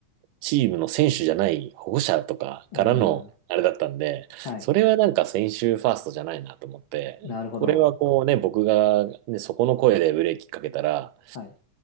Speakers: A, on the right; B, on the left.
A: チームの選手じゃない保護者とかからうん。
B: うーん。
A: のあれだったんで、
B: はい。
A: それはなんか選手ファーストじゃないなと思って、
B: なるほど。
A: これはこうね、僕が、ね、そこの声でブレーキかけたら、
B: はい。